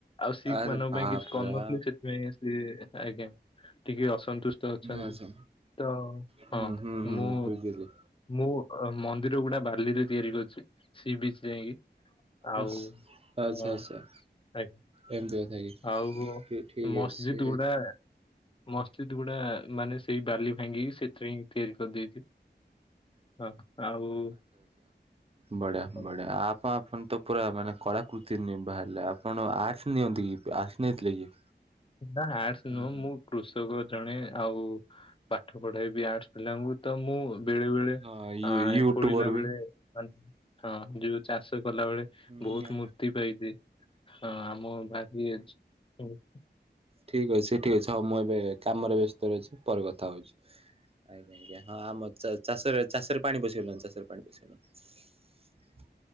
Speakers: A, on the left (about 30°); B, on the right (about 35°).
A: ଆଉ ଶିଖ୍
B: ଆରେ
A: ମାନଙ୍କ
B: ବାପରେ
A: ପାଇଁ କିଛି କରିନଥିଲେି
B: ଆ
A: ସେଥିପାଇଁ ସିଏ ଆଜ୍ଞା ଟିକେ ଅସନ୍ତି ଦୁଷ୍ଟ ଅଛନ୍ତି
B: ଆଚ୍ଛା
A: ତ
B: ହୁଁ
A: ହଁ
B: ହୁଁ ହୁଁ
A: ମୁଁ
B: ବୁଝିଲି
A: ମୁଁ ଅ ମନ୍ଦିର ଗୁଡା ବାର୍ଲିରେ ତିଆରି କରିଚି ସି ବିଚ୍ ଯାଇକି ଆଉ
B: ଆସ୍ ଆଚ୍ଛା
A: ହଁ
B: ଆଚ୍ଛା।
A: ଆଜ୍ଞା
B: ଏମିତି କଥା କି
A: ଆଉ
B: ଠି ଠିକ୍
A: ମସଜିଦ୍
B: ଅଛି।
A: ଗୁଡା ମସ୍ଜିତ ଗୁଡା ମାନେ ସେଇ ବାଲି ଭାଙ୍ଗି ତିଆରି କରି ଦେଇଛି ହଁ ଆଉ
B: ବଢିଆ
A: ହଁ,
B: ବଢିଆ ଆପଣ ଆପଣ ତ ପୁରା ମାନେ କଳାକୃତି ନିର୍ ବାହାରିଲେ ଆପଣ ସେ ନିଅନ୍ତି କିନ୍ତୁ ଆସି ନେଇ ଥିଲେ କି?
A: ନା ଆର୍ଡ଼ସ୍‌
B: ହୁଁ
A: ନୁହଁ
B: ହୁଁ।
A: ମୁଁ କୃଷକ ଜଣେ ଆଉ ପାଠ ପଢ଼ାଇବି ଆର୍ଟସ ପିଲାଙ୍କୁ ତ ମୁଁ
B: ହଁ
A: ବେଳେ ବେଳେ ଅ
B: ୟୁଟ୍ୟୁବର
A: ଖୋଳିଲା
B: ବି।
A: ବେଳେ ମାନେ ହଁ ଯେ ଚାଷ କଲା ବଳେ
B: ହୁଁ
A: ବହୁତ ମୂର୍ତ୍ତି ପାଇଛି ହଁ। ବାକି
B: ଠିକ୍ ଅଛି ଠିକ୍ ଅଛି ହଉ ମୁଁ ଏବେ କାମରେ ବ୍ୟସ୍ତରେ ଅଛି ପର କଥା ହଉଚୁ ଆଜ୍ଞା ଆଜ୍ଞା ହଁ ଆମର ଚା ଚାଷରେ ଚାଷରେ ପାଣି ପଶି ଗଲା ଚାଷରେ ପାଣି ପଶି ଗଲା।